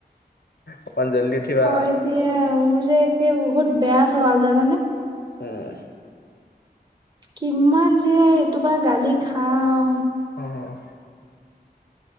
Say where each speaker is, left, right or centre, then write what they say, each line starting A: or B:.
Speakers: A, on the left; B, on the right.
A: অকমান জল্দি উঠিবা।
B: হয় দিয়া মোৰ যে একে বহুত বেয়া চভাৱ জানানে।
A: উম
B: কিমান যে এইটো পা গালি খাও।
A: অঁ